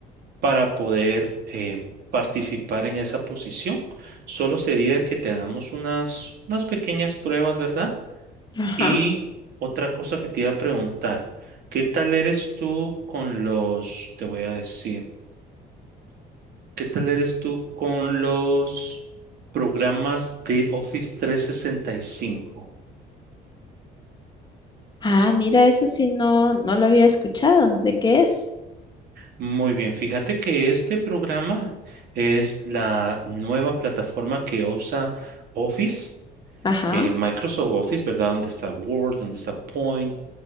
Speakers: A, on the right; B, on the left.
A: para poder eh, participar en esa posición. Solo sería que te hagamos unas, unas pequeñas pruebas, ¿verdad?
B: ajá.
A: Y otra cosa que te iba a preguntar, ¿qué tal eres tú con los, te voy a decir, ¿qué tal eres tú con los programas de Office 365?
B: Ah, mira, eso sí no, no lo había escuchado. ¿De qué es?
A: Muy bien, fíjate que este programa es la nueva plataforma que usa Office
B: Ajá,
A: eh, Microsoft Office, ¿verdad? Donde está Word, donde está Point,